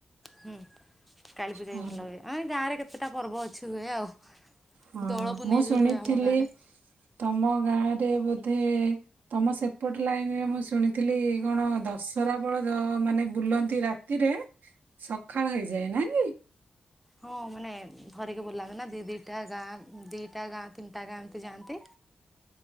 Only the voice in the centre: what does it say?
ହୁଁ କାଳୀ ପୂଜା
ବି ଭଲ ହୁଏ। ଗାଁ ରେ କେତେଟା ପର୍ବ ଅଛି ହୁଏ ଆଉ।
ଦୋଳ ପୁନେଇ
ବି ହୁଏ ଆମ ଗାଁରେ
ହଁ ମାନେ ଧରିକି ବୁଲାନ୍ତି ନା ଦି ଦି ଟା ଗାଁ ଦିଟା ଗାଁ ତିନିଟା ଗାଁ ଏମିତି ଯାଆନ୍ତି